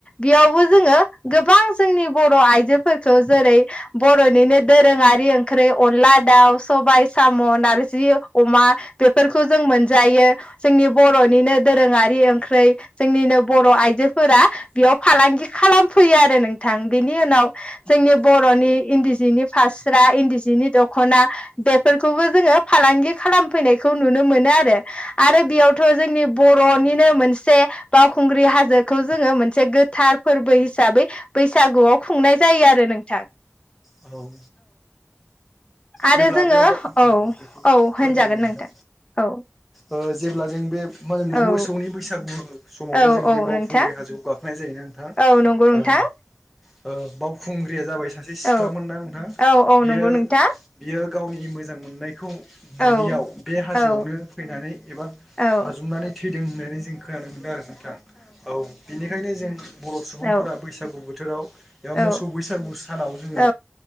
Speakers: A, on the left; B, in the centre.
A: बेयावबो जोङो गोबां जोंनि बर' आइजोफोरखौ जेरै बर'निनो दोरोङारि ओंख्रि अनला दाउ सबाय साम' नारजि अमा बेफोरखौ जों मोनजायो जोंनि बर'निनो दोरोङारि ओंख्रै जोंनिनो बर' आइजोफोरा बेयाव फालांगि खालामफैयो आरो नोंथां बेनि उनाव जोंनि बर'नि इन्दि जिनि फास्रा इन्दि नि दख'ना बेफोरखौबो जोङो फालांगि खालामफैनायखौ नुनो मोनो आरो। आरो बेयावथ' जोंनि बर'निनो मोनसे बावखुंग्रि हाजोखौ जोङो मोनसे गोथार फोरबो हिसाबै बैसागुआव खुंनाय जायो आरो नोंथां
B: औ
A: आरो
B: जेब्ला
A: जोङो
B: बे बेखौ
A: औ औ होनजागोन
B: फोरमायो नोंथां
A: औ
B: ओ जेब्ला जों बे मा होनोमोनलाय
A: औ
B: मोसौनि बैसागु समावनो
A: औ
B: जों
A: औ
B: बे बावखुंग्रि
A: नोंथां
B: हाजोआव गाखो जायोना नोथां
A: औ नंगौ नोंथां
B: ओ बावखुंग्रिया जाबाय सासे सिख्लामोनना
A: औ
B: नोंथां।
A: औ औ
B: बियो
A: नंगौ नोंथां
B: बियो गावनि मोजां मोननायखौ मोनोनियाव
A: औ
B: बे हाजोआवनो
A: औ
B: फैनानै एबा
A: औ
B: बाजुमनानै थैदों होननानै जों खोनानो मोनदों आरो नोंथां। औ बेनिखायनो जों बर' सुबुं
A: औ
B: फोरा बैसागु बोथोराव एबा मोसौ
A: औ
B: बैसागु सानाव जोङो
A: औ